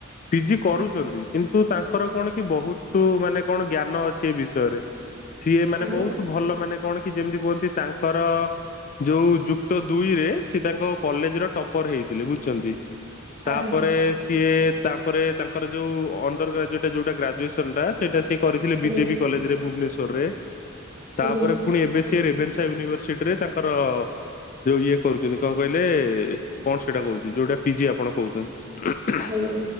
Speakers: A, on the left; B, on the right.
A: ପି ଜି କରୁଛନ୍ତି କିନ୍ତୁ ତାଙ୍କର କଣ କି କି ବହୁତ୍ ମାନେ କଣ ଜ୍ଞାନ ଅଛି ଏ ବିଷୟରେ ସିଏ ମାନେ
B: ଆଜ୍ଞା
A: ବହୁତ୍ ଭଲ ମାନେ କଣ କି ଯେମିତି କୁହନ୍ତି ତାଙ୍କର ଯୋଉ ଯୁକ୍ତ ଦୁଇରେ ସେ ତାଙ୍କ କଲେଜ୍ ର ଟପ୍ପର ହେଇଥିଲେ ବୁଝୁଛନ୍ତି। ତାପରେ
B: ଆଜ୍ଞା ଆଜ୍ଞା
A: ସିଏ ତାପରେ ତାଙ୍କର ଯୋଉ ଅଣ୍ଡର ଗ୍ରାଜୁଏଟ ଯୋଉଟା ଗ୍ରାଜୁଏସନ ଟା ସେଇଟା ସେ କରିଥିଲେ
B: ଆଜ୍ଞା
A: ବିଜେପି କଲେଜ ରେ ଭୁବନେଶ୍ୱରରେ। ତାପରେ
B: ଆଜ୍ଞା
A: ପୁଣି ଏବେସିଏ ରେଭେନ୍ସା ୟୁନିଭର୍ସିଟିରେ ତାଙ୍କର ଯୋଉ ଇଏ କରୁଛନ୍ତି କଣ କହିଲେ କଣ ସେଇଟା କହୁଛି? ଯୋଉଟା ପିଜି ଆପଣ କହୁଛନ୍ତି।
B: ଆଜ୍ଞା